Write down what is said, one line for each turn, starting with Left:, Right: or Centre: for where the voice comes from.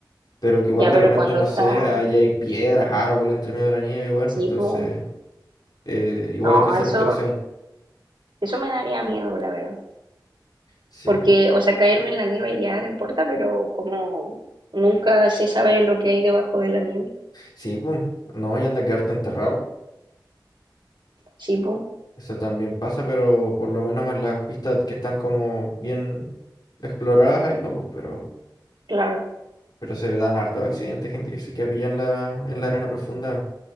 Left: Pero que igual
Right: Ya,
Left: de
Right: pero
Left: repente,
Right: cuando
Left: no
Right: está,
Left: sé, ahí hay piedras, árboles entre medio de la nieve igual, pues
Right: sí,
Left: entonces
Right: po,
Left: eh, igual
Right: no,
Left: hay que usar
Right: eso,
Left: protección.
Right: eso me daría miedo, la verdad.
Left: Sí,
Right: Porque, o sea, caerme en la nieve ya no importa, pero como nunca se sabe lo que hay debajo de la nieve.
Left: sí, pues, No, y anda a quedarte enterrado.
Right: Sí, po,
Left: Eso también pasa, pero por lo menos en las pistas que están como bien exploradas, ahí no, pues, pero...
Right: claro.
Left: Pero se dan hartos accidentes, gente que se queda pillada en la, en la arena profunda.